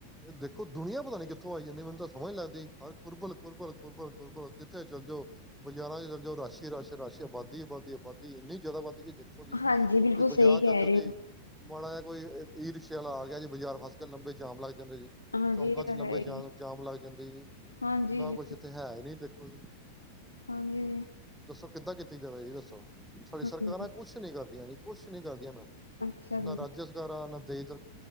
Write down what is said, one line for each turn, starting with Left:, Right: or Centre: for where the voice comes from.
Centre: ਇਹ ਦੇਖੋ ਦੁਨੀਆਂ ਪਤਾ ਨੀ ਕਿੱਥੋਂ ਆਈ ਜਾਂਦੀ ਮੈਨੂੰ ਤਾਂ ਸਮਝ ਲਗਦੀ ਹਰ ਕੁਰਬਲ, ਕੁਰਬਲ ਕੁਰਬਲ- ਕੁਰਰਬਲ ਕਿਥੇ ਚਲ ਜੋ ਬਾਜ਼ਾਰਾਂ ਚੱਲ ਜੋ, ਰਸ਼- ਰਸ਼- ਰਸ਼, ਆਬਦੀ -ਆਬਾਦੀ, ਆਬਦੀ ਇੰਨੀ ਜ਼ਿਆਦਾ ਆਬਾਦੀ ਦੇਖ ਜ
Left: ਹਾਂਜੀ ਬਿਲਕੁਲ
Centre: ਬਾਜ਼ਾਰ
Left: ਸਹੀ ਕਹਿ
Centre: ਚੱਲ ਜੋ
Left: ਰਹੇ
Centre: ਜੀ
Left: ਹੋ
Centre: ਮਾੜਾ ਜ ਕੋਈ ਈ ਰਿਕਸ਼ੇ ਵਾਲਾ ਆ ਗਿਆ ਜੀ ਬਾਜ਼ਾਰ ਫਸ ਗਿਆ, ਲੰਬੇ ਜਾਮ ਲੱਗ ਜਾਂਦੇ ਜੀ।
Left: ਹਾਂਜੀ
Centre: ਚੌਂਕਾਂ
Left: ਇਹ ਤਾਂ
Centre: ਚ ਲੰਬੇ
Left: ਹੈ ਹੀ
Centre: ਜਾਮ, ਜਾਮ ਲੱਗ ਜਾਂਦੇ ਜੀ,
Left: ਹਾਂਜੀ
Centre: ਨਾ
Left: ਜੀ
Centre: ਕੁਛ ਇੱਥੇ ਹੈ ਨੀ ਦੇਖੋ ਜੀ।
Left: ਹਾਂਜੀ
Centre: ਦੱਸੋ ਕਿੱਦਾਂ ਕੀਤੀ ਜਾਵੇ ਜੀ ਦੱਸੋ, ਸਾਡੀ ਸਰਕਾਰਾਂ
Left: ਹਾਂਜੀ
Centre: ਕੁਛ ਨੀ ਕਰਦੀਆਂ ਜੀ, ਕੁਛ ਨੀ ਕਰਦੀਆਂ ਮ
Left: ਅੱਛਾ ਜੀ
Centre: ਨਾ ਰਾਜ ਸਰਕਾਰ ਆ, ਨਾ ਦ ਸਰ